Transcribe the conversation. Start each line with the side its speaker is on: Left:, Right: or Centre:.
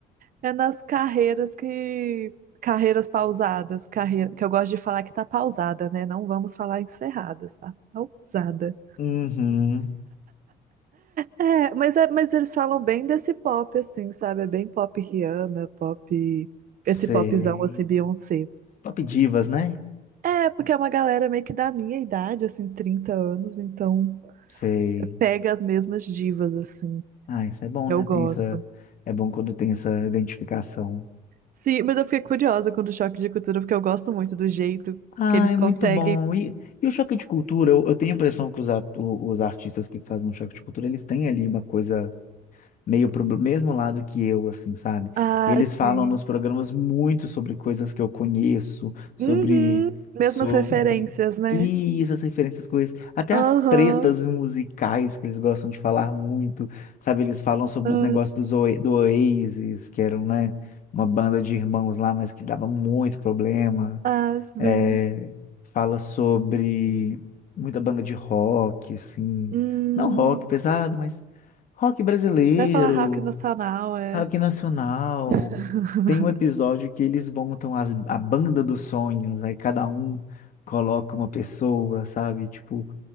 Right: É nas carreiras que. Carreiras pausadas, carreira, que eu gosto de falar que tá pausada, né? Não vamos falar encerradas, tá pausada.
Left: Uhum.
Right: É, mas é, mas eles falam bem desse pop, assim, sabe? É bem pop Rihanna, pop.
Left: Sei.
Right: Esse popzão, assim, Beyoncé.
Left: Top divas, né?
Right: É, porque é uma galera meio que da minha idade, assim, 30 anos, então
Left: Sei.
Right: pega as mesmas divas, assim.
Left: Ah, isso é bom,
Right: Eu
Left: né?
Right: gosto.
Left: Tem essa... É bom quando tem essa identificação.
Right: Sim, mas eu fiquei curiosa com o choque de cultura, porque eu gosto muito do jeito
Left: Ah,
Right: que eles
Left: é
Right: conseguem.
Left: muito bom. E, e o choque de cultura, eu, eu tenho a impressão que os, at- o- os artistas que fazem um choque de cultura, eles têm ali uma coisa meio pro mesmo lado que eu, assim, sabe?
Right: Ah,
Left: Eles
Right: sim.
Left: falam nos programas muito sobre coisas que eu conheço, sobre,
Right: Uhum. Mesmas
Left: sobre
Right: referências, né?
Left: isso, as referências com isso, até as
Right: Aham.
Left: tretas musicais que eles gostam de falar muito, sabe? Eles falam sobre
Right: Ah,
Left: os negócios dos Oa- do Oasis, que eram, né, uma banda de irmãos lá, mas que dava muito problema.
Right: ah, sim.
Left: É, fala sobre muita banda de rock, assim.
Right: Hum.
Left: Não rock pesado, mas rock brasileiro,
Right: Vai falar rock nacional, é.
Left: rock nacional.
Right: <laughs>
Left: Tem um episódio que eles montam as- a banda dos sonhos, aí cada um coloca uma pessoa, sabe? Tipo,